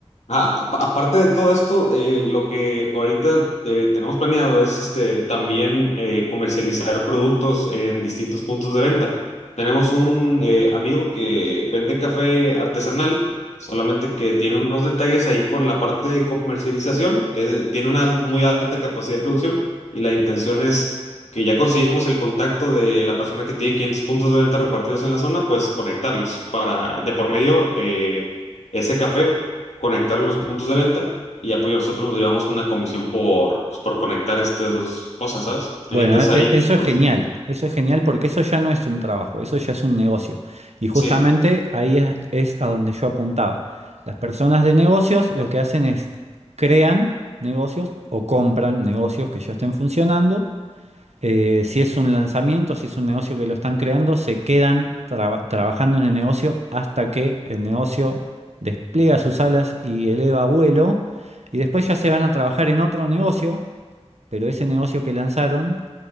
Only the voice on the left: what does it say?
Ah, apa- aparte de todo esto, eh, lo que ahorita eh, tenemos planeado es este, también eh, comercializar productos en distintos puntos de venta. Tenemos un eh, amigo que vende café artesanal, solamente que tiene unos detalles ahí con la parte de comercialización. eh, tiene una muy alta capacidad de producción y la intención es que ya conseguimos el contacto de la persona que tiene 500 puntos de venta repartidos en la zona, pues conectarlos para de por medio eh, ese café conectar los puntos de venta y apoyo nosotros nos llevamos una comisión por, pues, por conectar estas dos cosas, ¿sabes?
Eh, Entonces
ahí,
digamos,
sí,